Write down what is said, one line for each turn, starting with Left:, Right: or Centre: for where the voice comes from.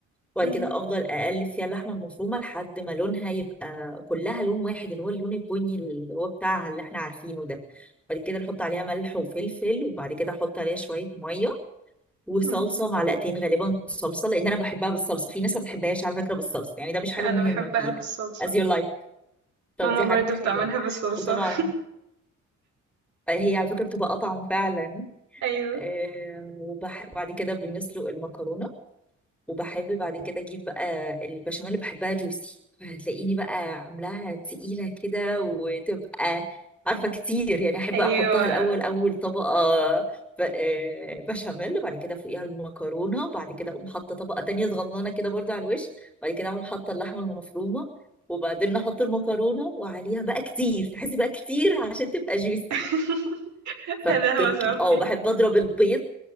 Centre: وبعد
Right: مم.
Centre: كده افضل اقلب فيها اللحمه المفرومه لحد ما لونها يبقى كلها لون واحد اللي هو اللون البني اللي هو بتاعها اللي احنا عارفينه ده بعد كده نحط عليها ملح وفلفل وبعد كده احط عليها شويه ميه وصلصه
Right: مم.
Centre: معلقتين غالبا صلصه لان انا بحبها بالصلصه في ناس ما بتحبهاش على فكره بالصلصه يعني ده مش حاجه
Right: لا
Centre: مهمه
Right: انا بحبها
Centre: فيها
Right: بالصلصة
Centre: as you like طب
Right: ماما
Centre: دي
Right: برضو
Centre: حاجه
Right: بتعملها
Centre: حلوه
Right: بالصلصة
Centre: وطبعا هي على فكره بتبقى اطعم فعلا
Right: <laughs> ايوه
Centre: آه، وبح- وبعد كده بنسلق المكرونه وبحب بعد كده اجيب بقى البشاميل اللي بحبها جوسي فهتلاقيني بقى عاملاها تقيلة كده وتبقى عارفة كتير يعني احب
Right: ايوه
Centre: احطها الاول اول طبقة ب- آه، بشاميل وبعد كده فوقيها المكرونة وبعد كده اقوم حاطة طبقة تانية صغننة كده برضو على الوش وبعد كده اقوم حاطة اللحمة المفرومة وبعدين احط المكرونة وعليها بقى كتير تحسي بقى كتير عشان تبقى جوسي
Right: <laughs>
Centre: فتطلع
Right: هذا هو ذوقي
Centre: اه بحب اضرب البيض